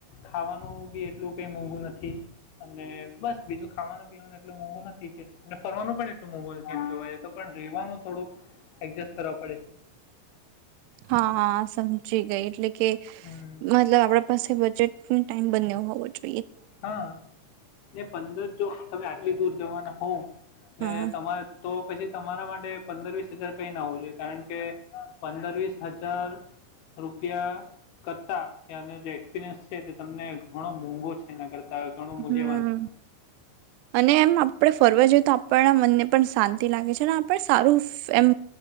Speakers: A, on the left; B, on the right.
A: ખાવાનું બી એટલું કઈ મોંઘું નથી અને બસ બીજું ખાવાનું પીવાનું એટલું મોંઘું નથી જે અને ફરવાનું પણ એટલું મોઘોલ એમ જોવા જ તો પણ રેવાનું થોડુંક એડજસ્ટ કરવા પડે છે.
B: હા, સમજી ગઈ એટલે કે કે
A: હમ્મ.
B: મતલબ આપણા પાસે બજેટ ટાઈમ બને્યો હોવો જો
A: હા, ને પંદર જો તમે આ ટ દૂર જવાના હું ને
B: હા
A: તમારે તો પછી તમારા માટે પંદર, વીસ હજાર કંઈ ના હોવું જોઈએ કારણ કે પંદર, વીસ હજાર રૂપિયા કરતાં ત્યાંનો જે એક્સપિરિયન્સ છે, તે તમને ઘણો મોંઘો છે. એ કરતા ઘણું મૂલ્યવાન
B: હમ
A: છે.
B: અને એમ આપણે ફરવા જઈએ તો આપણના મનને પણ શાંતિ લાગે છે, અને આપ સારું એમ